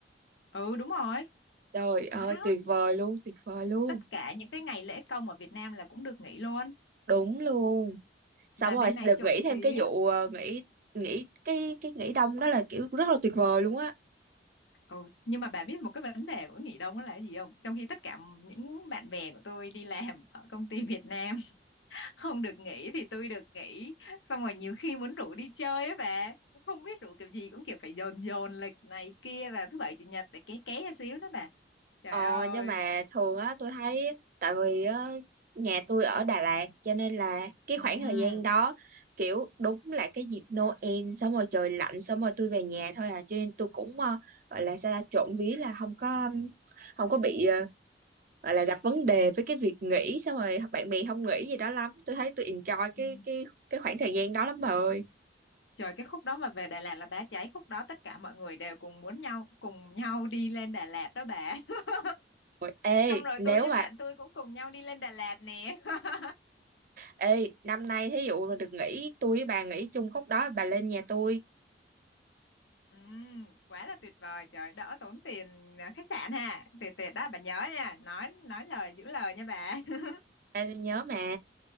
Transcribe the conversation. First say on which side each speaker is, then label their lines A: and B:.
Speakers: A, on the left; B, on the right.
A: ừ đúng rồi
B: trời ơi
A: nó đó
B: tuyệt vời luôn tuyệt vời luôn
A: tất cả những cái ngày lễ công ở Việt Nam là cũng được nghỉ luôn
B: đúng luôn xong
A: mà
B: rồi
A: bên này
B: được
A: trộm
B: nghỉ thêm
A: vía
B: cái vụ ờ, nghỉ nghỉ cái cái nghỉ đông đó là kiểu rất là tuyệt vời luôn á
A: ừ nhưng mà bà biết một cái vấn đề của nghỉ đông đó là cái gì không trong khi tất cả những bạn bè của tôi đi làm ở công ty Việt Nam không được nghỉ thì tôi được nghỉ xong rồi nhiều khi muốn rủ đi chơi á bà cũng không biết rủ kiểu gì cũng kiểu phải dồn dồn lịch này kia vào thứ bảy chủ nhật để ké ké ra xíu đó bà trời
B: Ờ,
A: ơi
B: nhưng mà thường á tôi thấy tại vì á, nhà tôi ở Đà Lạt cho nên là cái
A: ừ.
B: khoảng thời gian đó kiểu đúng là cái dịp Noel xong rồi trời lạnh xong rồi tôi về nhà thôi à cho nên tôi cũng ờ, gọi là sao ta trộm vía là không có không có bị ờ, gọi là gặp vấn đề với cái việc nghỉ xong rồi bạn bè không nghỉ gì đó lắm tôi thấy tôi enjoy
A: Ừ.
B: cái cái cái khoảng thời gian đó lắm bà ơi
A: trời cái khúc đó mà về Đà Lạt là bá cháy khúc đó tất cả mọi người đều cùng muốn nhau cùng nhau đi lên Đà Lạt đó bà <laughs>
B: Ôi, ê
A: năm rồi tôi
B: nếu
A: với
B: mà
A: bạn tôi cũng cùng nhau đi lên Đà Lạt nè <laughs>
B: ê năm nay thí dụ mà được nghỉ tôi với bà nghỉ chung khúc đó bà lên nhà tôi
A: ừ. quá là tuyệt vời trời đỡ tốn tiền à, khách sạn ha tuyệt tuyệt đó bà nhớ nha nói nói lời giữ lời nha bà <laughs>
B: Ê, tôi nhớ mà